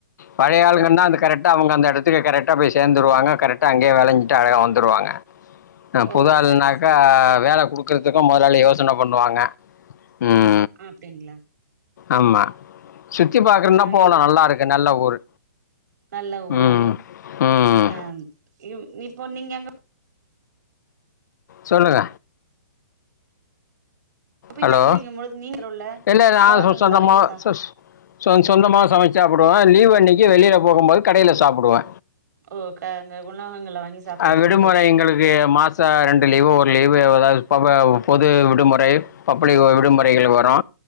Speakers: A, on the left; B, on the right.
A: பழைய ஆளுகள்
B: சரி
A: தா
B: சரி
A: அந்த கரெக்டா அவுங்க அந்த எடத்து த்துங்க கரெக்டா போய் சேந்துருவாங்க கரெக்டா அங்கயே வேலஞ்சிட்டு அழகா வந்துருவாங்க ஆ
B: ஓ
A: புது ஆள்னாக்கா
B: சரி சரி
A: வேல குடுத் த்துக்க மொதலாளி யோசன பண்ணுவாங்க ம்
B: அப்டிங்களா
A: ஆமா சுத்தி பாக்கறன்னா
B: ஆ
A: போலா
B: இப்
A: நல்லாருக்கு நல்ல ஊர்
B: நல்ல ஊரு
A: ம் ம்
B: ஆம் இம் இப்ப நீங்க எங்க
A: சொல்லுங்க
B: போய்
A: ஹலோ
B: தங்கிருக்கும் பொழுது நீங்க உள்ள
A: இல்ல நா
B: உணவகங்கள்ல
A: சொந்தமா
B: வாங்கி சாப்
A: சொஸ் சொ சொந்தமா சமைச் சாப்புடுவோ ஆ லீவ் அன்னிக்கு வெளியில போகும்போது கடையில சாப்பிடுவே
B: ஓ க அங்க உணவகங்கள்ல வாங்கி சாப்புறது
A: ஆ விடுமுறை
B: உண்டு
A: எங்களுக்கு மாச ரெண்டு லீவ் ஒரு லீவ் ப் வதாது பொது விடுமுறை பப்ளிக் ஒ விடுமுறைகள்
B: அ
A: வரு